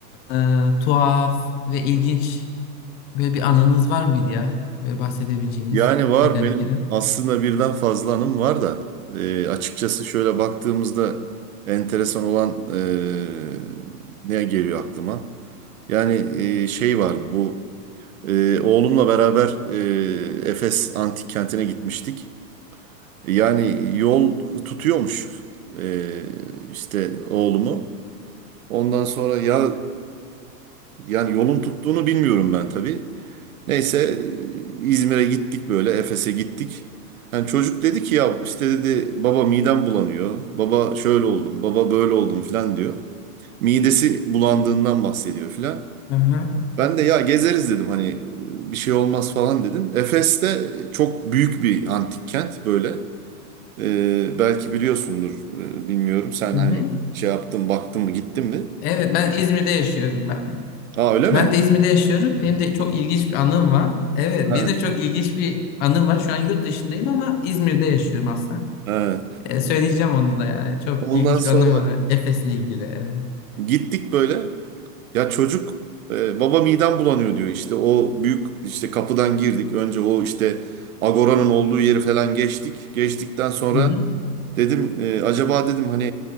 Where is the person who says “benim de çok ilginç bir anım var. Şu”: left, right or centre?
Left